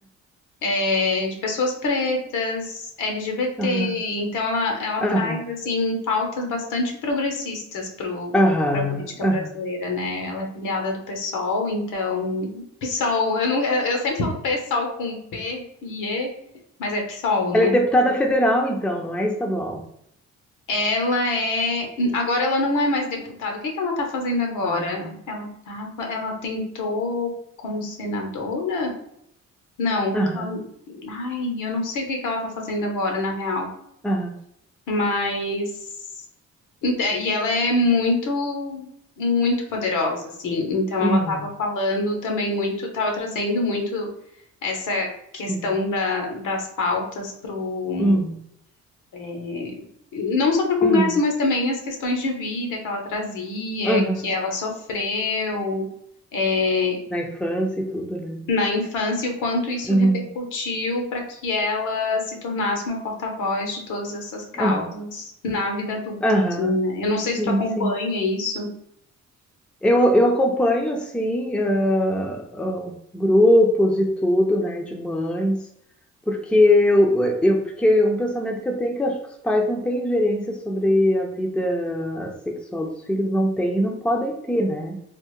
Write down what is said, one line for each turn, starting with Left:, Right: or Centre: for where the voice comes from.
Left: é, de pessoas pretas, LGBT.
Centre: Aham,
Left: Então, ela, ela
Centre: aham,
Left: traz, assim, pautas bastante progressistas pro,
Centre: aham,
Left: para a política
Centre: aham. aham.
Left: brasileira, né? Ela é filiada do PSOL, então... PSOL, eu, não, eu eu sempre falo PSOL com P e E, mas é PSOL, né?
Centre: Ela é deputada federal, então, não é estadual.
Left: Ela é. Agora ela não é mais deputada. O que que ela está fazendo agora?
Centre: Ah,
Left: Ela tava... ela tentou como senadora? Não,
Centre: aham,
Left: cam- ai, eu não sei o que que ela está fazendo agora, na real.
Centre: aham.
Left: Mas ent- é, e ela é muito muito poderosa, assim. Então
Centre: Hum,
Left: ela estava falando também muito, estava trazendo muito essa questão
Centre: hum,
Left: da, das pautas pro
Centre: hum,
Left: é, não só para o Congresso,
Centre: hum,
Left: mas também as questões de vida que ela trazia,
Centre: aham.
Left: que ela sofreu. é,
Centre: Da infância e tudo, né?
Left: na infância e o quanto isso
Centre: Uhum,
Left: repercutiu para que ela se tornasse uma porta-voz de todas essas causas
Centre: aham,
Left: na vida adulta,
Centre: aham.
Left: assim, né? Eu não sei
Centre: Sim,
Left: se tu acompanha
Centre: sim.
Left: isso.
Centre: Eu, eu acompanho, assim, ah, ah, grupos e tudo, né, de mães, porque eu, eu, porque é um pensamento que eu tenho que eu acho que os pais não têm ingerência sobre a vida sexual dos filhos, não têm e não podem ter, né?